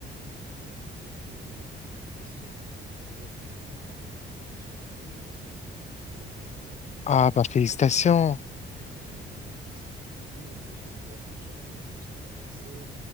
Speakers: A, on the right (about 50°); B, on the left (about 35°).
A: euh, le plus vite, vite possible parce qu'en même temps, je me prépare pour euh, se marier. C'est, c'est pour cette raison. Du coup,
B: Ah, bah, félicitations.
A: je suis un peu. <laughs> mais- merci beaucoup, mais j'ai peur déjà et je suis pressé.